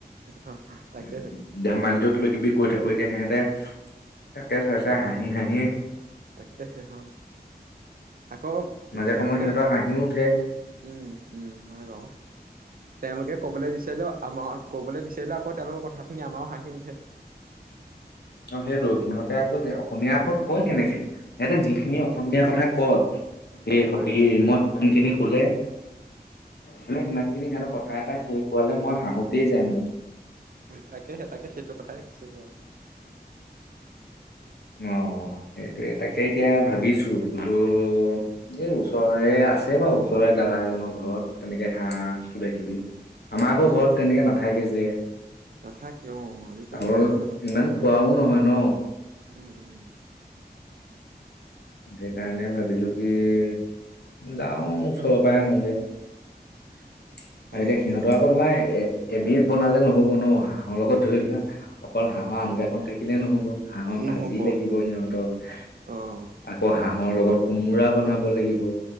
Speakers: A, on the right; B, on the left.
A: অ তাকেহে
B: উ ধেমালিটোও কিবা কিবি কৈ থাকো এতিয়া সিহঁ <unintelligible> তাকে চাই চাই হাঁহি সি হাঁহি
A: তাকেসেহ। আকৌ
B: মাজে
A: তেওঁলোকে
B: সময়ে সিহঁতৰ
A: ও
B: হাঁহিও উঠে
A: ও হয় বাৰু তেওঁলোকে ক'বলৈ বিচাৰিলেও আমাৰ ক'বলৈ বিচাৰিলে আকৌ তেওঁলোকৰ কথা শুনি আমাৰও হাঁহি উঠে।
B: অ সেইটো সিহঁতে আকৌ অসমীয়া আকৌ কয় কেনেকে? ইহতে যিখিনি অসমীয়া কথা কয় এই হৰি মই সিমানখিনি কুলে মানে ইমানখিনি সিহঁতৰ কথা এটা শেষ শুৱালে মই হাঁহোতেই যায় মোৰ।
A: তাকেহে তাকে সেইটো কথাই কৈছো মই।
B: অ সেইটোয়ে তাকে এতিয়া ভাবিছো ছো বোলো এই ওচৰৰে আছে বা ওচৰৰে দাদা এজনৰ ঘৰত তেনেকে হাঁহ কিবা কিবি আমাৰ আকৌ
A: অ'
B: ঘৰত তেনেকে নাথাকে যে
A: নাথাকে অ' আজিকালি
B: আৰু
A: প্ৰায়ভাগ
B: ইমান খোৱাও নহয় ন।
A: ওম ওম
B: সেইকাৰণে ভাবিলো কি এ যাও ওচপাই আনোগে। আৰু
A: অ',
B: এতিয়া
A: অ'
B: সিহঁতৰ আকৌ তোমাৰ এ এবিধ বনালে নহ'ব ন। হাঁহৰ লগত ধৰি লোৱা অকল হাঁহৰ আঞ্জা কন থাকি কিলে নহ'ব হাঁহৰ
A: নহ'ব
B: ভাজি লাগিব সিহঁতক।
A: অ',
B: আকৌ হাহ ৰ লগত কোমোৰা বনাব লাগিব।